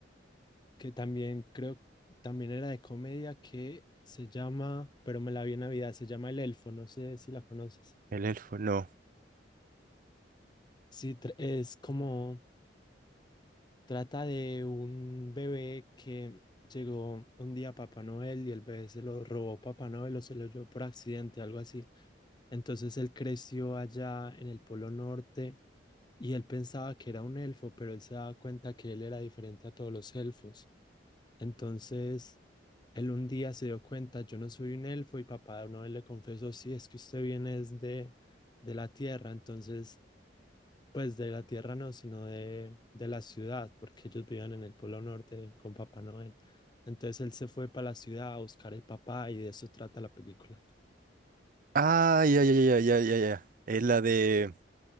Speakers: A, on the left; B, on the right.
A: que también creo, también era de comedia, que se llama, pero me la vi en Navidad, se llama El Elfo, no sé si la conoces.
B: El elfo, no.
A: Sí, tr- es como Trata de un bebé que llegó un día a Papá Noel y el bebé se lo robó Papá Noel o se lo llevó por accidente, algo así. Entonces él creció allá en el Polo Norte y él pensaba que era un elfo, pero él se daba cuenta que él era diferente a todos los elfos. Entonces él un día se dio cuenta, yo no soy un elfo y Papá Noel le confesó, sí, es que usted viene es de de la tierra, entonces, pues de la tierra no, sino de, de la ciudad, porque ellos vivían en el Polo Norte con Papá Noel. Entonces él se fue para la ciudad a buscar el papá y de eso trata la película.
B: Ah, ya, ya, ya, ya, ya, ya. Es la de